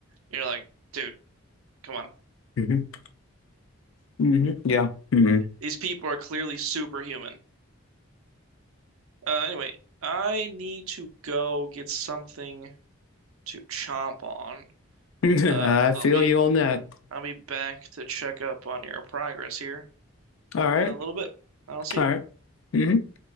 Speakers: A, on the right (about 75°); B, on the left (about 70°).
A: And you're like, dude, come on.
B: hmm hmm Yeah. hmm
A: These people are clearly superhuman. Uh, anyway, I need to go get something to chomp on.
B: <laughs> I
A: Uh, I'll
B: feel
A: be
B: you on that.
A: I'll be back to check up on your progress here
B: All right.
A: in a little bit. I'll see
B: All
A: you.
B: right. Mhm.